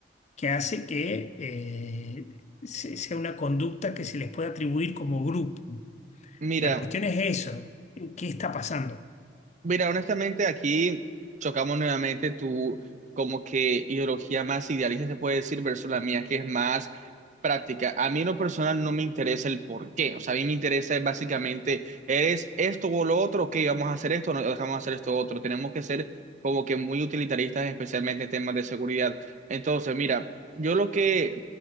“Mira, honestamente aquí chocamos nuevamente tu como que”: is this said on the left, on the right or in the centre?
Right